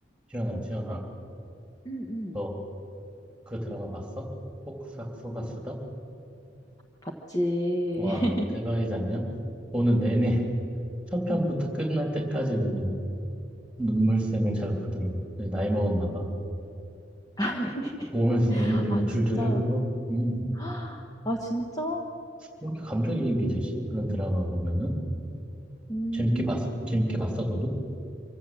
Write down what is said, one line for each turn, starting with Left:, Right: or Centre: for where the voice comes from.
Centre: 지연아, 지연아,
Left: 음음.
Centre: 너 그 드라마 봤어? 폭삭소가
Left: 음.
Centre: 수다?
Left: 봤지.
Centre: 와,
Left: <laughs>
Centre: 대박이지 않냐? 오늘 내내 <laughs> 첫 편부터
Left: 음.
Centre: 끝날 때까지 그냥 눈물샘을 자극하더라고. 내가 나이 먹었나 봐.
Left: <laughs>
Centre: 보면서 눈물이
Left: 아
Centre: 그냥 줄줄
Left: 진짜.
Centre: 흘러. 음,
Left: <gasps> 아 진짜.
Centre: 왜 이렇게 감정이입이 되지? 그런 드라마 보면은.
Left: 음.
Centre: 재밌게 봤, 재밌게 봤어, 너도?